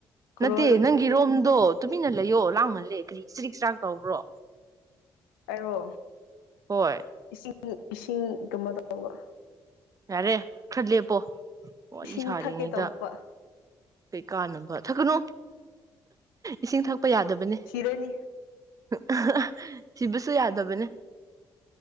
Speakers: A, on the left (about 80°); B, on the right (about 30°).
A: ꯀꯔꯣꯜ
B: ꯅꯠꯇꯦ ꯅꯪꯒꯤꯔꯣꯝꯗꯣ ꯇꯨꯃꯤꯟꯅ ꯂꯩꯌꯣ ꯂꯥꯡꯃꯜꯂꯦ ꯀꯔꯤ ꯆꯔꯤꯛ ꯆꯔꯥꯛ ꯇꯧꯕ꯭ꯔꯣ
A: ꯑꯩꯔꯣ
B: ꯍꯣꯏ
A: ꯏꯁꯤꯡ ꯏꯁꯤꯡ ꯀꯃ ꯇꯧꯕ
B: ꯌꯥꯔꯦ ꯈꯔ ꯂꯦꯞꯄꯣ ꯋꯥꯔꯤ
A: ꯏꯁꯤꯡ
B: ꯁꯥꯔꯤꯉꯩꯗ
A: ꯊꯛꯀꯦ ꯇꯧꯕ
B: ꯀꯥꯅꯕ ꯊꯛꯀꯅꯨ ꯏꯁꯤꯡ ꯊꯛꯄ ꯌꯥꯗꯕꯅꯦ
A: ꯁꯤꯔꯅꯤ
B: ꯍꯥ ꯍꯥ ꯁꯤꯕꯨꯁꯨ ꯌꯥꯗꯕꯅꯦ